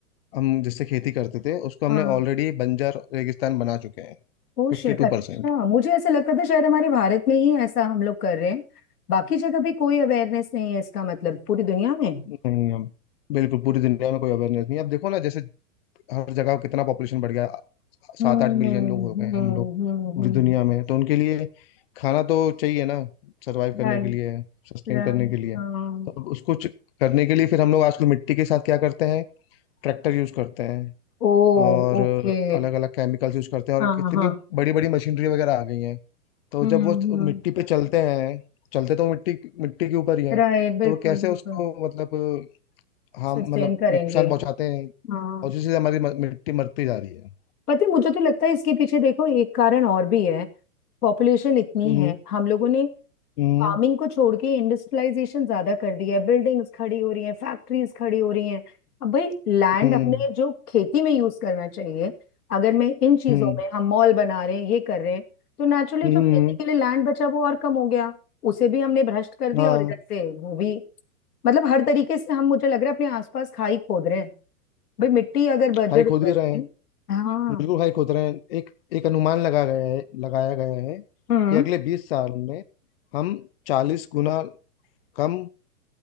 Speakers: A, on the left (about 40°); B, on the left (about 80°).
A: हम जिससे खेती करते थे उसको हमने
B: हाँ
A: ऑलरेडी बंजर रेगिस्तान बना चुके हैं
B: Oh
A: फिफ्टी
B: shit अच्छा
A: टू परसेंट
B: मुझे ऐसा लगता था शायद हमारे भारत में ही ऐसा हम लोग कर रहे हैं बाकी जगह भी कोई अवेयरनेस नहीं है इसका मतलब पूरी दुनिया में
A: नहीं हम बिल्कुल पूरी दुनिया में कोई अवेयरनेस नहीं है। अब देखो ना जैसे हर जगह कितना पॉपुलेशन बढ़ गया
B: हम्म
A: सात आठ मिलियन लोग हो गए
B: हम्म
A: हम लोग पूरी
B: हम्म
A: दुनिया में तो उनके लिए खाना तो चाहिए ना सरवाइव करने
B: राइट
A: के लिए सस्टेन
B: राइट
A: करने के लिए
B: हाँ
A: तो अब उसको च- करने के लिए फिर हम लोग आजकल मिट्टी के साथ क्या करते हैं ट्रैक्टर यूज करते हैं
B: ओ
A: और
B: ओके
A: अलग अलग केमिकल्स यूज करते हैं और
B: हाँ
A: कितनी
B: हाँ
A: बड़ी बड़ी मशीनरी वगैरह आ गई हैं तो
B: हम्म
A: जब
B: हम्म
A: वो मिट्टी पे चलते हैं चलते तो वो मिट्टी मिट्टी के ऊपर ही है
B: राइट बिल्कुल
A: तो वो कैसे
B: बिल्कुल
A: उसको मतलब हम
B: सस्टेन
A: मतलब
B: करेंगे
A: नुकसान पहुंचाते हैं
B: हाँ
A: और उसी से हमारी म- मिट्टी मरती जा रही है
B: पता है मुझे तो लगता है इसके पीछे देखो एक कारण और भी है पॉपुलेशन इतनी
A: हम्म
B: है हम लोगों ने
A: हम्म
B: फार्मिंग को छोड़ के इंडस्ट्रियलाइजेशन ज्यादा कर दिया है बिल्डिंग्स खड़ी हो रही हैं फैक्ट्रीज खड़ी हो रही हैं अब भाई लैंड
A: हम्म
B: अपने जो खेती में यूज करना चाहिए अगर मैं इन चीजों
A: हम्म
B: में हम मॉल बना रहे हैं ये कर रहे हैं तो नेचुरली
A: हम्म,
B: जो खेती के लिए लैंड बचा वो और कम हो गया उसे भी हमने भ्रष्ट कर दिया
A: हाँ
B: और इधर से वो भी मतलब हर तरीके से हम मुझे लग रहा है अपने आसपास खाई खोद रहे हैं भाई मिट्टी अगर बंजर
A: हाई खोद
B: हो जाएगी
A: ही रहे हैं
B: हाँ
A: बिल्कुल हाई खोद रहे हैं एक एक अनुमान लगा गया है लगाया गया है
B: हम्म
A: कि अगले बीस साल में हम चालीस गुना कम